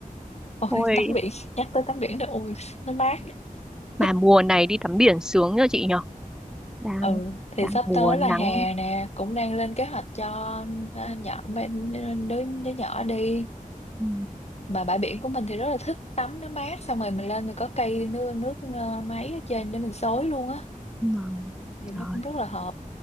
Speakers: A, on the left; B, in the centre.
A: ôi
B: thôi
A: tắm biển nhắc tới tắm biển đó ôi nó mát
B: mà
A: thích
B: mùa này đi tắm biển sướng nhờ chị nhở đang
A: ừ thì
B: đang
A: sắp
B: mùa
A: tới là
B: nắng
A: hè nè cũng đang lên kế hoạch cho à, nhỏ bên đứa đứa nhỏ đi
B: ừ,
A: mà bãi biển của mình thì rất là thích tắm nó mát xong rồi mình lên thì có cây nước nước ờ, máy ở trên để mình xối luôn á
B: vâng.
A: thì
B: Trời,
A: nó cũng rất là hợp